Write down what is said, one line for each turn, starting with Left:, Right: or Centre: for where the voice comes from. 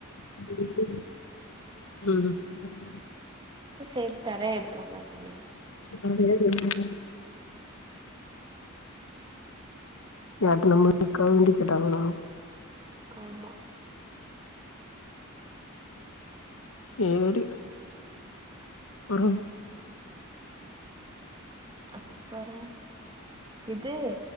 Left: ம்
Right: அப்ப சேர் தர எடுத்தக்கோங்க அப்டின்னா
Left: <unintelligible> யார்ட்ட நம்ம இருக்கா வேண்டி கேட்டாங்களா
Right: ஆமா
Left: சேரி வரும்
Right: அப்பறோ இது